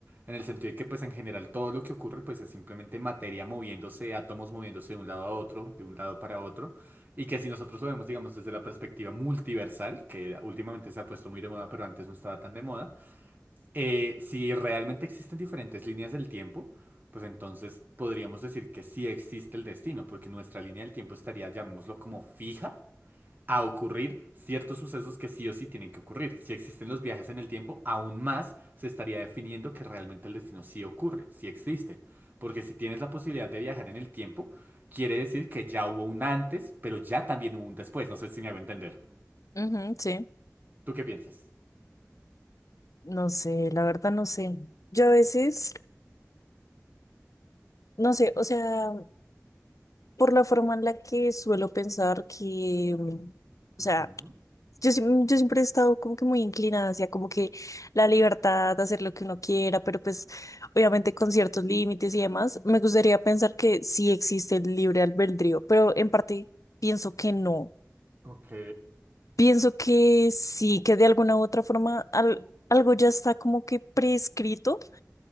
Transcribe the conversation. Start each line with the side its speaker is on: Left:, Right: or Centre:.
Right: en el sentido de que, pues, en general, todo lo que ocurre, pues, es simplemente materia moviéndose, átomos moviéndose de un lado a otro, de un lado para otro. Y que si nosotros lo vemos, digamos, desde la perspectiva multiversal, que últimamente se ha puesto muy de moda, pero antes no estaba tan de moda, eh, si realmente existen diferentes líneas del tiempo, pues entonces podríamos decir que sí existe el destino, porque nuestra línea del tiempo estaría, llamémoslo como fija, a ocurrir ciertos sucesos que sí o sí tienen que ocurrir. Si existen los viajes en el tiempo, aún más se estaría definiendo que realmente el destino sí ocurre, sí existe. Porque si tienes la posibilidad de viajar en el tiempo, quiere decir que ya hubo un antes, pero ya también hubo un después. No sé si me hago entender.
Left: Ujú, sí,
Right: ¿Tú qué piensas?
Left: no sé, la verdad no sé. Yo a veces, no sé, o sea, por la forma en la que suelo pensar que, mm,
Right: Ujú,
Left: o sea, yo, siem- yo siempre he estado como que muy inclinada hacia como que la libertad de hacer lo que uno quiera, pero pues obviamente con ciertos límites y demás, me gustaría pensar que sí existe el libre albedrío, pero en parte pienso que no.
Right: Ok.
Left: Pienso que sí, que de alguna u otra forma al- algo ya está como que prescrito